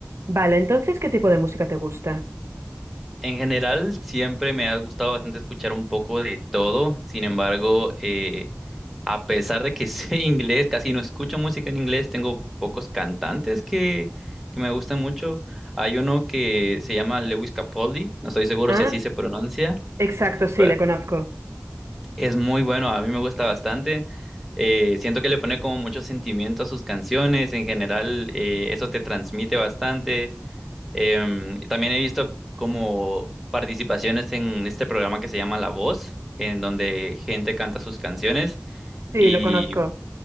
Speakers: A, on the right (about 75°); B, in the centre.
A: Vale, entonces, ¿qué tipo de música te gusta?
B: En general, siempre me ha gustado bastante escuchar un poco de todo. Sin embargo, eh, a pesar de que <laughs> sé inglés, casi no escucho música en inglés, tengo pocos cantantes que, que me gustan mucho. Hay uno que se llama Lewis Capaldi, no estoy seguro
A: Ah,
B: si así se pronuncia,
A: exacto, sí,
B: pero
A: le conozco.
B: es muy bueno, a mí me gusta bastante. Eh, siento que le pone como mucho sentimiento a sus canciones. En general, eh, eso te transmite bastante. Em, también he visto como participaciones en este programa que se llama La Voz, en donde gente canta sus canciones
A: Sí,
B: y
A: lo conozco.